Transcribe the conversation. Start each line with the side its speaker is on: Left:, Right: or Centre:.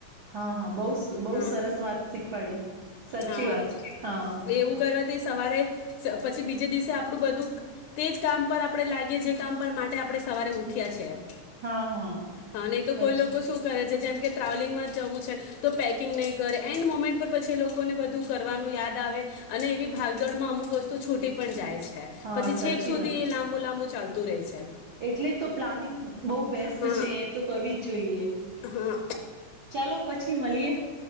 Right: હા હા બ બહુ
Left: હા
Right: સરસ વાત શીખવાડી. સાચી
Left: હા
Right: વાત હા
Left: એવું કરવાથી સવારે પછી બીજે દિવસે આપણું બધું તે જ કામ પર આપણે લાગીએ જે કામ પર માટે આપણે સવારે ઉઠ્યા છી એમ
Right: હા હા
Left: હા નહી તો
Right: સાચી
Left: કોઈ લોકો શું કરે છે જેમ ટ્રાવેલિંગમાં જવું છે તો પેકિંગ નહી કરે એન્ડ મોમેન્ટ પર પછી લોકોને બધું કરવાનું યાદ આવે અને એવી ભાગજોડ માં અમુક વસ્તુ છૂટી પણ જાય છે.
Right: હા
Left: પછી
Right: સાચી
Left: છેક સુધી
Right: વાત
Left: એ લાંબુ લાંબુ ચાલ દૂર છે.
Right: એટલે જ તો પ્લાનિંગ બહુ બેસ્ટ
Left: હા
Right: છે તો કરવી જ જોઈએ
Left: હા
Right: ચાલો પછી મળીએે.